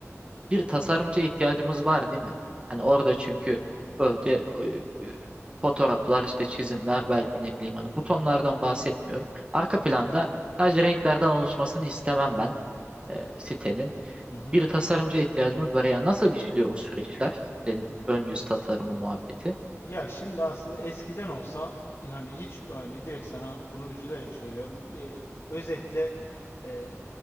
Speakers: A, on the right; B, on the left.
A: bir tasarımcıya ihtiyacımız var değil mi? Hani orada çünkü öyle e, e, fotoğraflar işte çizimler belki ne bileyim hani butonlardan bahsetmiyorum. Arka planda sadece renklerden oluşmasını istemem ben e, sitenin
B: Hı
A: bir tasarımcıya ihtiyacımız var. Yani nasıl işliyor o süreçler? Yani
B: hı.
A: ön yüz tasarımı muhabbeti.
B: Ya şimdi aslında eskiden olsa yani hiç hani direkt sana bunu üzülerek söylüyorum. E, özetle e,